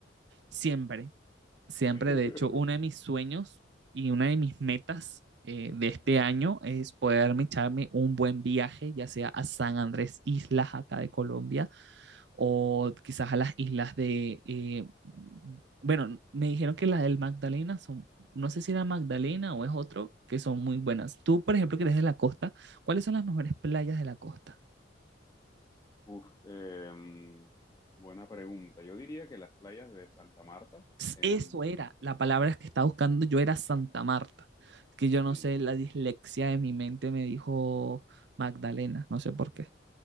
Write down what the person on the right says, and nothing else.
Siempre. Siempre,
de hecho, uno de mis sueños y una de mis metas eh, de este año es poderme echarme un buen viaje, ya sea a San Andrés Islas, acá de Colombia, o quizás a las islas de, eh, bueno, me dijeron que las del Magdalena son, no sé si era Magdalena o es otro, que son muy buenas. Tú, por ejemplo, que eres de la costa, ¿cuáles son las mejores playas de la costa?
Eso era, la palabra que estaba buscando yo era Santa Marta, que yo
no sé, la dislexia de mi mente me dijo Magdalena, no sé por qué.